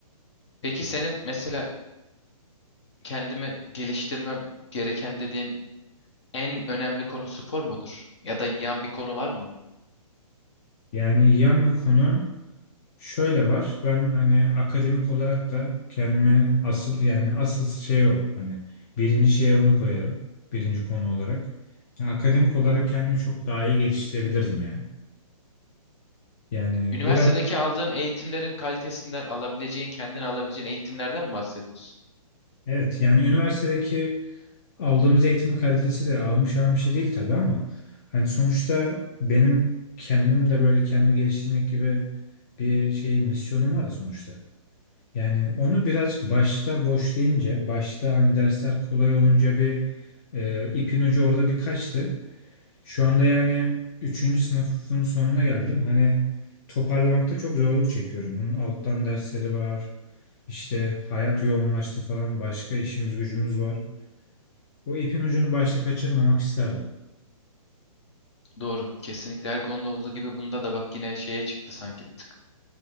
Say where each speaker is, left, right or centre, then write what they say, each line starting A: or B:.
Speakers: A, on the left; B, on the left.
A: Peki senin mesela kendimi geliştirmem gereken dediğin en önemli konu spor mudur? Ya da yan bir konu var mı?
B: Yani yan bir konu şöyle var. Ben hani akademik olarak da kendimi asıl yani asıl şey o. Hani birinci şeye onu koyarım. Birinci konu olarak. Yani akademik olarak kendimi çok daha iyi geliştirebilirdim ya. Yani
A: Üniversitedeki
B: biraz
A: aldığın eğitimlerin kalitesinden alabileceğin, kendin alabileceğin eğitimlerden mi bahsediyorsun?
B: Evet yani üniversitedeki aldığımız eğitimin kalitesi de ahım şahım bir şey değil tabii ama hani sonuçta benim kendim de böyle kendimi geliştirmek gibi bir şey misyonum var ya sonuçta. Yani onu birazcık başta boşlayınca, başta hani dersler kolay olunca bir e, ipin ucu orada bir kaçtı. Şu anda yani üçüncü sınıfın sonuna geldim. Hani toparlamakta çok zorluk çekiyorum. Bunun alttan dersleri var. İşte hayat yoğunlaştı falan başka işimiz gücümüz var. O ipin ucunu başta kaçırmamak isterdim.
A: Doğru. Kesinlikle her konuda olduğu gibi bunda da bak yine şeye çıktı sanki bir tık.